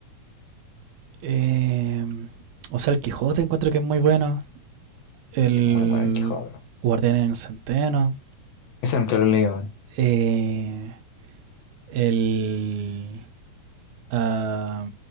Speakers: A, on the right; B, on the left.
A: Eh, o sea, el Quijote encuentro que es muy bueno. El
B: Que es muy bueno el Quijote.
A: Guardián en el Centeno.
B: Ese nunca lo he leído. weón.
A: eh, el ah,